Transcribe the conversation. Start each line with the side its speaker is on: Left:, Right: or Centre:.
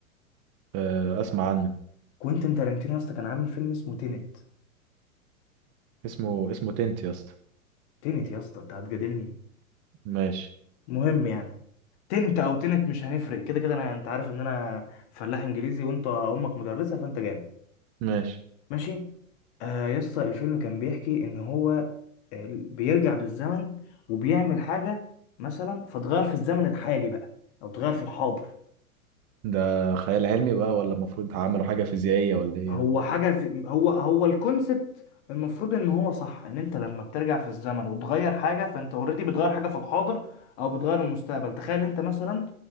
Right: أه، اسمع عنه
Left: كوينتين تارانتينو يا اسطى كان عامل فيلم اسمه تينت
Right: اسمه اسمه تنت يا اسطى
Left: تينت يا اسطى انت هتجادلني
Right: ماشي
Left: مهم يعني تنت او تنت مش هنفرق كده كده انا انت عارف ان انا فلاح انجليزي وانت امك مدرسه فانت جامد
Right: ماشي
Left: ماشي آه يا اسطى الفيلم كان بيحكي ان هو آه، بيرجع بالزمن وبيعمل حاجه مثلا فتغير في الزمن الحالي بقى او تغير في الحاضر
Right: ده خيال علمي بقى ولا المفروض عملوا حاجة فيزيائية ولا ايه
Left: هو
Right: يعني؟
Left: حاجه في هو هو الكونسبت المفروض ان هو صح ان انت لما بترجع في الزمن وتغير حاجه فانت اوريدي بتغير حاجه في الحاضر او بتغير المستقبل تخيل انت مثلا